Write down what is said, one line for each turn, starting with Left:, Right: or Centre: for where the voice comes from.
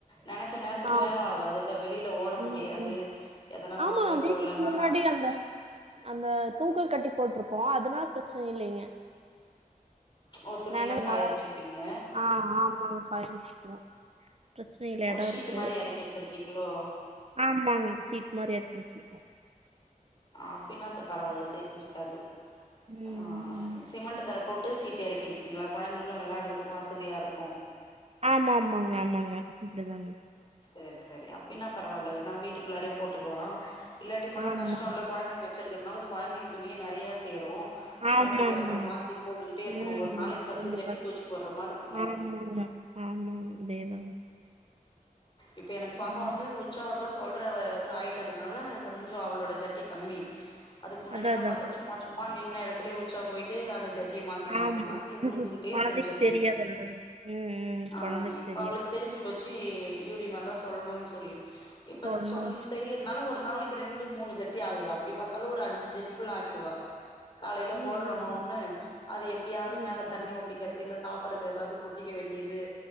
Left: நெனச்ச நேரத்துக்கு
Right: ஆமா
Left: வேல ஆவாது இல்ல வெளியில ஓட முடியாது
Right: ம் ம்
Left: எதனா
Right: ஆமா
Left: வாங்க
Right: வீட்டுக்கு
Left: கொள்ளனா
Right: முன்னாடி அந்த அந்த தூக்கோ கட்டி போட்டிருக்கோ அதனா பிரச்சன இல்லைங்க
Left: ஓ துணில்லா
Right: நனைஞ்
Left: காய
Right: மழை
Left: வச்சுப்பீங்க
Right: வரப் ஆ ஆமாங் காய வெச்சுக்குவோ பிரச்சன இல்ல
Left: ஓ
Right: எடோ
Left: ஷீட்டு
Right: இருக்கு
Left: மாரி எறக்கி வச்சிருக்கீங்களோ
Right: ஆமாங்க சீட் மாரி எறக்கி வெச்சிருக்கோ
Left: அப்பினாத பரவால்ல தெரிஞ்சுக்காது ஆ
Right: ம்
Left: சிமெண்ட் தர போட் டு சீட்டு எறக்கிருக்கீங்களா கொழந்தைங்களு வெளாட்றதுக்கு வசதியா இருக்கு
Right: ஆமா ஆமாங்க ஆமாங்க அப்டிதாங்க
Left: சேரி சேரி அப்டின்னா பரவால்ல என்னா வீட்டுக்குள்ளாரே போட்டுக்கலா இல்லாட்டி போனா
Right: ஆமாங்க
Left: கஷ்டோல்ல கொழந்தைங்க வெச்சிருக்கறதுனால அது கொழந்தைங்க துயே நெறைய சேரு கொழந்தைக்கு
Right: ஆமா ஆமாங்க
Left: அப்றோ மாத்தி போட்டுக்கிட்டே இருக்கணு
Right: ம்
Left: ஒரு நாளைக் பத்து
Right: ரெண்டு
Left: ஜட்டி
Right: பஸ்
Left: தோச்சி போட்ற மாரி இருக்கு
Right: ஆமாங்க ஆமாங்க அதேதாங்க
Left: இப்ப எனக்கு பாப்பா
Right: ம்
Left: வந்து உச்சா வந்தா சொல்றவ இது ஆயிட்டதுனால கொஞ்சோ அவளோட ஜட்டி கம்மி அதுக்கு முன்னாடிலா
Right: அதா அதாங்க
Left: பாத்தா சும்மா சும்மா நின்ன எடத்துலயே உச்சா போயிட்டு அந்த ஜட் மாத்தி மாத்தி
Right: ஆமா
Left: மாத்தி உழுந்துகிட்டே
Right: கொழந்தைக்கு
Left: இருக்கு ஜட்டி
Right: தெரியாதுல்லங்க ம் ம்
Left: ஆ
Right: கொழந்தைக்கு
Left: இப்ப
Right: தெரியாது
Left: அவளுக்கு தெரிஞ்சி போ ச்சி யூரின் வந்தா சொல்னோனு சொல்லி இப்ப
Right: சொல்லணு
Left: சொன் தெரியுரனால ஒரு நாளைக் கி ரெண்டு மூணு ஜட்டி ஆகுது அப்டி பாத்தாலு ஒரு அஞ்சு ஜட்டிக்குள்ள ஆக்கிடுவா காலைல
Right: ம்
Left: போட்றோமா
Right: ம்
Left: ஒன்னு அது எப்டியாவது
Right: ம்
Left: மேல தண்ணி
Right: ம் ம்
Left: ஊத்திக்கற து இல்ல சாப்புட்றத ஏதாது கொட்டிக்க வேண்டியது